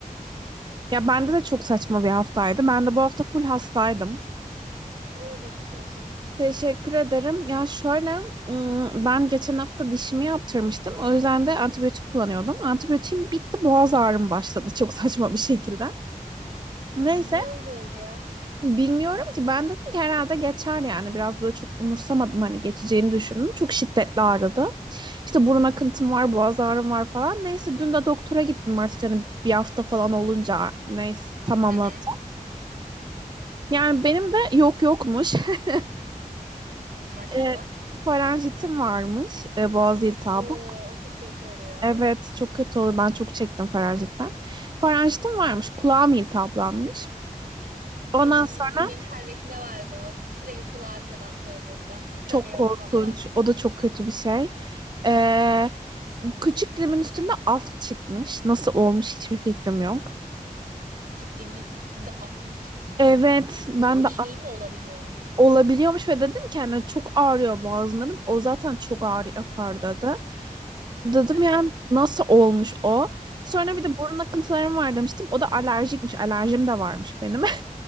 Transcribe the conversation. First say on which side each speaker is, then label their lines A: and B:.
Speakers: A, on the right; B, on the right.
A: Ya bende de çok saçma bir haftaydı. Ben de bu hafta full hastaydım.
B: Oo geçmiş olsun.
A: Teşekkür ederim. Ya şöyle, ım, ben geçen hafta dişimi yaptırmıştım. O yüzden de antibiyotik kullanıyordum. Antibiyotiğim bitti, boğaz ağrım başladı çok saçma bir şekilde. Neyse,
B: O niye öyle oldu ya?
A: Bilmiyorum ki ben dedim ki herhalde geçer yani biraz böyle çok umursamadım hani geçeceğini düşündüm. Çok şiddetli ağrıdı. İşte burun akıntım var, boğaz ağrım var falan. Neyse dün de doktora gittim artık hani bir hafta falan olunca neyse tamamladı.
B: Hı hı,
A: Yani benim de yok yokmuş. <laughs>
B: maşallah.
A: E, faranjitim varmış, e, boğaz iltihabı.
B: Oo, o çok kötü oluyor.
A: Evet çok kötü oluyor ben çok çektim faranjitten. Faranjitim varmış kulağım iltihaplanmış. Ondan
B: Ay
A: sonra
B: benim kardeşimde vardı o. Sürekli kulağı akıyordu hasta olduğunda. Tıkanıyordu
A: çok korkunç
B: falan.
A: o da çok kötü bir şey. Ee, küçük dilimin üstünde af çıkmış. Nasıl olmuş hiçbir fikrim yok.
B: Küçük dilinin üstünde af mı çıkmış?
A: Evet,
B: Öyle
A: ben
B: bir
A: de
B: şey mi olabiliyormuş?
A: olabiliyormuş ve dedim ki hani çok ağrıyor boğazım dedim. O zaten çok ağrı yapar dedi. Dedim
B: Aha.
A: yani nasıl olmuş o? Sonra
B: <laughs>
A: bir de burun akıntılarım var demiştim. O da alerjikmiş. Alerjim de varmış benim.